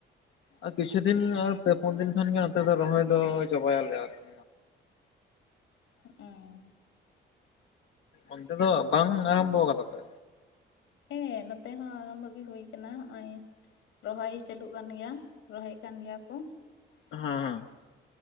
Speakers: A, on the left; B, on the left.
A: ᱟᱨ ᱠᱤᱪᱷᱩ ᱫᱤᱱ ᱟᱨ ᱯᱮ ᱯᱩᱱ ᱫᱤᱱ ᱠᱷᱟᱱᱜᱮ ᱱᱚᱛᱮ ᱫᱚ ᱨᱚᱦᱚᱭ ᱫᱚ ᱪᱟᱵᱟᱭᱟᱞᱮ ᱟᱨᱠᱤ᱾
B: ᱚ
A: ᱚᱱᱛᱮ ᱫᱚ ᱵᱟᱝ ᱟᱨᱚᱢᱵᱷᱚᱣ ᱠᱟᱫᱟ ᱯᱮ?
B: ᱦᱮᱸ ᱱᱚᱛᱮ ᱦᱚᱸ ᱟᱨᱚᱢᱵᱷᱚ ᱜᱮ ᱦᱩᱭ ᱟᱠᱟᱱᱟ ᱦᱚᱸᱜᱼᱚᱭ᱾ ᱨᱚᱦᱚᱭ ᱪᱟᱹᱞᱩᱜ ᱠᱟᱱ ᱜᱮᱭᱟ ᱨᱚᱦᱚᱭᱮᱫ ᱠᱟᱱ ᱜᱮᱭᱟ ᱠᱚ᱾
A: ᱦᱮᱸ ᱦᱮᱸ᱾